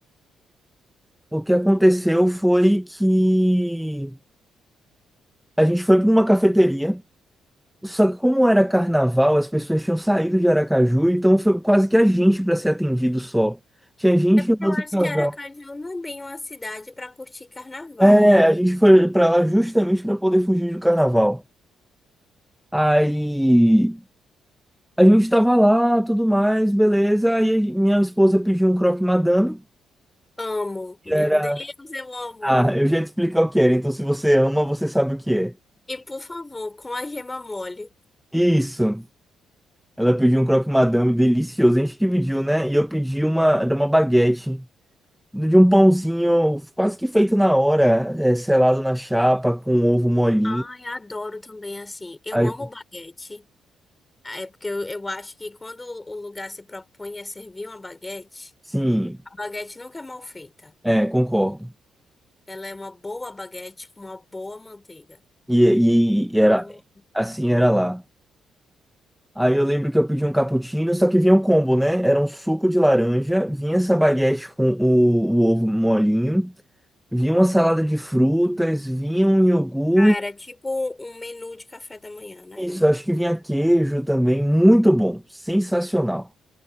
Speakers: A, in the centre; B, on the left.
A: O que aconteceu foi que a gente foi para uma cafeteria. Só que como era carnaval, as pessoas tinham saído de Aracaju, então foi quase que a gente para ser atendido só. Tinha gente
B: É porque
A: e um outro
B: eu acho
A: casal.
B: que Aracaju não é bem uma cidade para curtir carnaval,
A: É,
B: né?
A: a gente foi para lá justamente para poder fugir do carnaval. Aí a gente estava lá, tudo mais, beleza. Aí minha esposa pediu um croque madame,
B: Amo,
A: que
B: meu
A: era
B: Deus, eu amo.
A: Ah, eu já ia te explicar o que era. Então, se você ama, você sabe o que é.
B: E por favor, com a gema mole.
A: Isso. Ela pediu um croque madame delicioso. A gente dividiu, né? E eu pedi uma, era uma baguete de um pãozinho quase que feito na hora, é, selado na chapa, com ovo molinho.
B: Ai, adoro também assim. Eu
A: Aí,
B: amo baguete. É porque eu, eu acho que quando o lugar se propõe a servir uma baguete,
A: sim,
B: a baguete nunca é mal feita.
A: é, concordo.
B: Ela é uma boa baguete com uma boa manteiga.
A: E, e-
B: Então,
A: e era assim era lá. Aí eu lembro que eu pedi um cappuccino, só que vinha um combo, né? Era um suco de laranja, vinha essa baguete com o, o ovo molinho, vinha uma salada de frutas, vinha um iogurte.
B: cara, tipo um menu de café da manhã, né?
A: Isso, acho que vinha queijo também, muito bom, sensacional.